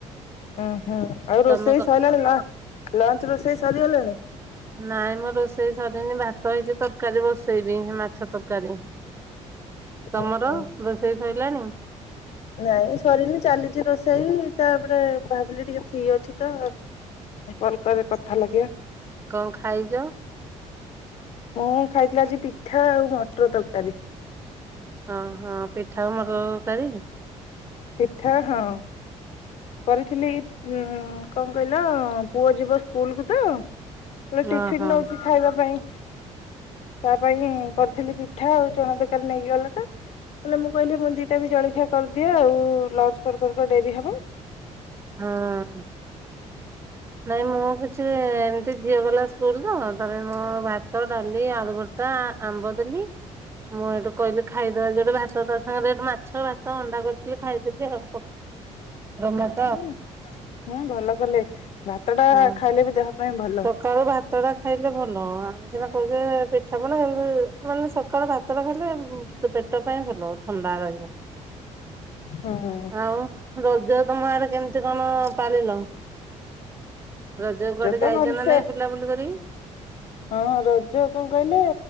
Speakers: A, on the left; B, on the right.
A: ଉଁ ହୁଁ। ଆଉ
B: ତମେ
A: ରୋଷେଇ
B: କ
A: ସରିଲାଣି ଲ ଲଞ୍ଚ ରୋଷେଇ ସରିଗଲାଣି?
B: ନାଇଁ ମଁ ରୋଷେଇ ସରିନି ଭାତ ହେଇଚି, ତରକାରୀ ବସେଇବି ମାଛ ତରକାରୀ।
A: ହୁଁ
B: ତମର
A: ହୁଁ
B: ରୋଷେଇ ସରିଲାଣି?
A: ନାଇଁ ସରିନି ଚାଲିଚି ରୋଷେଇ ତାପରେ ଭାବିଲି ଟିକେ ଫ୍ରି ଅଛି ତ କଲ୍ କରେ କଥା ଲାଗିବା।
B: କଣ ଖାଇଚ?
A: ମୁଁ ଖାଇଥିଲି ଆଜି ପିଠା ଆଉ ମଟର ତରକାରୀ।
B: ଓହୋ। ପିଠା ଆଉ ମଟର ତରକାରୀ?
A: ପିଠା ହଁ। କରିଥିଲି କଣ କହିଲ ପୁଅ ଯିବ ସ୍କୁଲ କୁ ତ। ଟିଫିିନ
B: ଓହୋ
A: ନଉଚି ଖାଇବା ପାଇଁ ତା ପାଇଁ କରିଥିଲି ପିଠା ଆଉ ଚଣା ତକାରୀ ନେଇକି ଗଲା ପା। ହେଲେ ମୁଁ କହିଲି ମୁଁ ଦିଟା ବି ଜଳିଖିଆ କରିଦିଅ ଆଉ ଲଞ୍ଚ କରୁ କରୁକା ଡେରି ହବ।
B: ହଁ। ନାଇଁ, ମୁଁ କିଛି ଏମତି, ଝିଅ ଗଲା ସ୍କୁଲ ତ, ତ ମୋ ଭ ଭାତ, ଡାଲି, ଆଳୁ ଭର୍ତା। ଆମ୍ବ ଦେଲି। ମୁଁ ଏଇଠୁ କହିଲି, ଖାଇଦବା ଯୋଉଟେ ଭାତ, ତା ସାଙ୍ଗରେ। ରେ ମା ମାଛ, ଭାତ, ଅଣ୍ଡା କରିଥିଲି। ଖାଇଥିଲି ଆଉ। ପ ପଖାଳ
A: ହୁଁ ହୁଁ। ଭଲ କଲେ, ଭାତ ଟା
B: ହଁ।
A: ଖାଇଲେ ବି, ଦେହ ପାଇଁ ଭଲ।
B: ସକାଳୁ ଭାତ ଟା ଖାଇଲେ ଭଲ। ଆମେ ସିନା କହୁଛେ, ପିଠା ପଣା, ମାନେ ସକାଳୁ ଭାତ ପଖାଳ ଖାଇଲେ ପେଟ ପାଇଁ ଭଲ। ଥଣ୍ଡା ରହିବ।
A: ହଁ ହଁ।
B: ଆଉ, ରଜ ତମ ଆଡେ କେମିତି କଣ ପାଳିଲ? ରଜ କୁଆଡେ
A: ତ
B: ଯାଇଛ
A: ଭଲସେ
B: ନା ନାଇଁ ବୁଲାବୁଲି କରି?
A: ହଁ। ରଜ କଣ କହିଲେ,